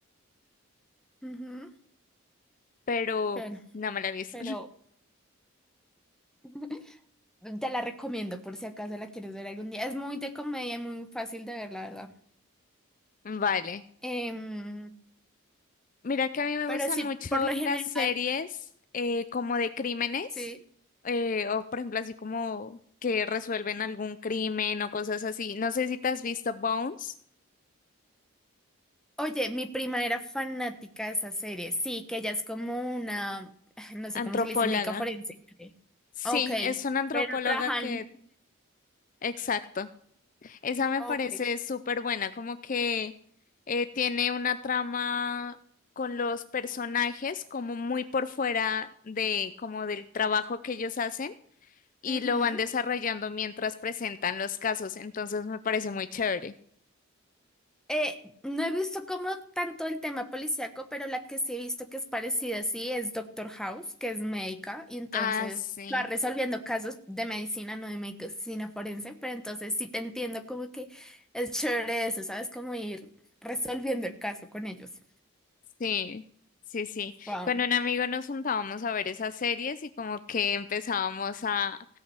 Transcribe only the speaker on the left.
pero
no me la he visto.
<laughs>
Vale.
Mira que a mí me
gustan
mucho
las
series eh, como de crímenes,
eh, o por ejemplo así como que resuelven algún crimen o cosas así. No sé si te has visto Bones,
antropóloga.
Sí,
es una antropóloga
que, exacto, esa me
parece súper buena, como que eh, tiene una trama con los personajes como muy por fuera de como del trabajo que ellos hacen y
lo van desarrollando mientras presentan los casos, entonces me parece muy chévere.
Ah, sí,
sí, sí, sí.
Con un amigo nos juntábamos a ver esas series y como que empezábamos a